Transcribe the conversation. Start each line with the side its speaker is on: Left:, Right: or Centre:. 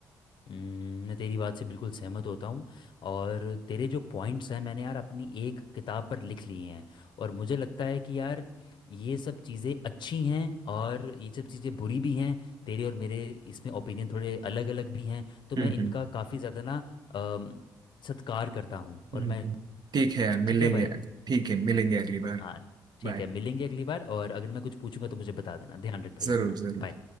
Left: हम्म, मैं तेरी बात से बिल्कुल सहमत होता हूँ और तेरे जो पॉइंट्स हैं मैंने यार अपनी एक किताब पर लिख लिए हैं और मुझे लगता है कि यार ये सब चीज़ें अच्छी हैं और ये सब चीज़ें बुरी भी हैं तेरे और मेरे इसमें ओपिनियन थोड़े अलग अलग भी हैं तो
Right: हम्म
Left: मैं इनका
Right: हम्म
Left: काफ़ी ज़्यादा ना अम, सत्कार करता हूँ
Right: हम्म
Left: और मैं
Right: हम्म। ठीक है यार मिलेंगे
Left: ठीक है भाई
Right: ठीक है मिलेंगे अगली बार
Left: हाँ ठीक
Right: बाय
Left: है मिलेंगे अगली बार और अगर मैं कुछ पूछूंगा तो मुझे बता देना ध्यान रख भाई
Right: जरूर
Left: अपना
Right: जरूर
Left: बाय